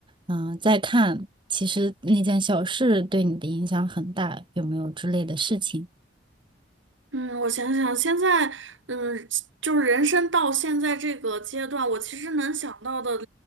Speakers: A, on the right; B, on the right.
A: 嗯、再看，其实那件小事对你的影响很大，有没有之类的事情？
B: 嗯，我想想，现在，嗯，就是人生到现在这个阶段，我其实能想到的